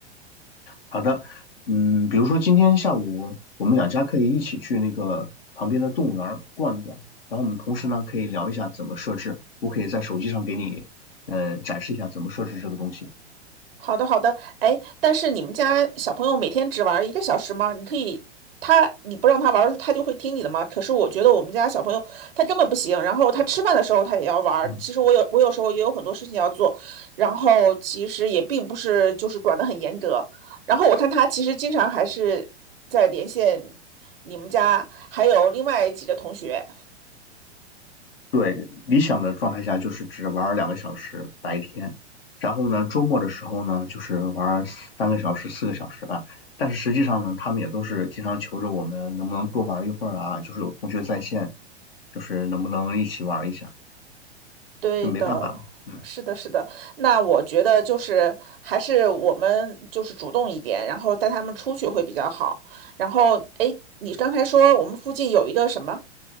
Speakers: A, on the left (about 55°); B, on the right (about 55°).
A: 好的，嗯，比如说今天下午我们两家可以一起去那个旁边的动物园儿逛一逛，然后我们同时呢可以聊一下怎么设置，我可以在手机上给你，呃，展示一下怎么设置这个东西。
B: 好的，好的。哎，但是你们家小朋友每天只玩一个小时吗？你可以，他你不让他玩儿，他就会听你的吗？可是我觉得我们家小朋友他根本不行，然后他吃饭的时候他也要玩儿其实我有我有时候也有很多事情要做，
A: 嗯，
B: 然后其实也并不是就是管得很严格。然后我看他其实经常还是在连线你们家还有另外几个同学。
A: 对，理想的状态下就是只玩儿两个小时白天，然后呢周末的时候呢就是玩儿三个小时、四个小时吧。但是实际上呢，他们也都是经常求着我们能不能多玩一会儿啊，就是有同学在线，就是能不能一起玩一下，
B: 对的，
A: 是没办法的，嗯。
B: 是的，是的。那我觉得就是还是我们就是主动一点，然后带他们出去会比较好。然后，哎，你刚才说我们附近有一个什么？